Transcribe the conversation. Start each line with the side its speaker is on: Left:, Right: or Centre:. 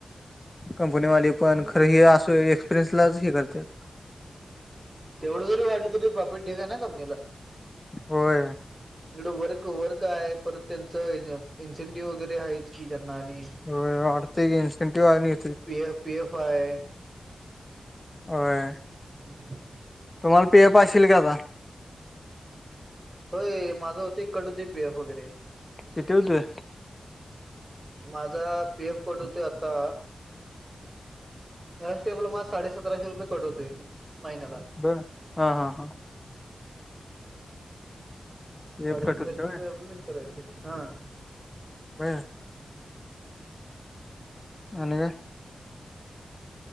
Left: कंपनीवाले.
Right: हम्म
Left: पण खरं हे असं एक्सपिरियन्सलाच हे करत्यात.
Right: तेवढं जरी वाढलं तरी प्रॉफिट ढीग आहे ना कंपनीला.
Left: होय.
Right: इकडं वर्क वर्क आहे परत त्यांचं इन्सेंटिव्ह वगैरे आहेच की त्यांना आणि
Left: हो वाढतय इनसेंटिव आ नि
Right: पी एफ पी एफ आहे
Left: होय.
Right: <inaudible>
Left: तुम्हाला पी एफ अशिल की आता.
Right: होय माझ होतय कट होतंय की पि एफ वगैरे.
Left: किती होतय?
Right: माझा पी एफ कट होतोय आत्ता अन्स्टेबल मला साडेसतराशे रुपये कट होतंय महिन्याला.
Left: बर हा हा हा. पे
Right: साडेसतराशे
Left: अप कट होतंय
Right: रुपये
Left: होय
Right: अजून लिंक करायचे हा.
Left: बर. आणि काय?